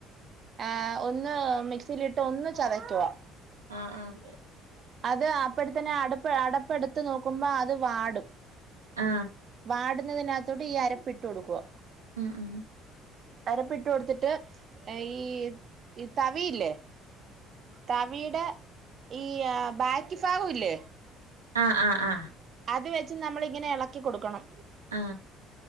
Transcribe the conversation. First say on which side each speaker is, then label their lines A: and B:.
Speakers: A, on the right; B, on the right.
A: ആ ഒന്ന് മിക്സിലിട്ട് ഒന്ന് ചതക്കുവാ
B: ആ ആ
A: അത് അപ്പഴത്തന്നെ അടുപ്പ് അടപ്പെടുത്ത് നോക്കുമ്പോ അത് വാടും
B: ആ
A: വാടുന്നതിനകത്തോട്ട് ഈ അരപ്പിട്ട് കോടുക്കുവ
B: ഉം ഉം
A: അരപ്പിട്ട് കൊടുത്തിട്ട് ഈ ഇ തവിയില്ലേ തവീടെ ഈ ബെക്കി ഫാഗുല്ലേ
B: ആ ആ ആഹ്
A: അത് വെച്ച് നമ്മളിങ്ങനെ എളക്കി കൊടുക്കണം
B: ആ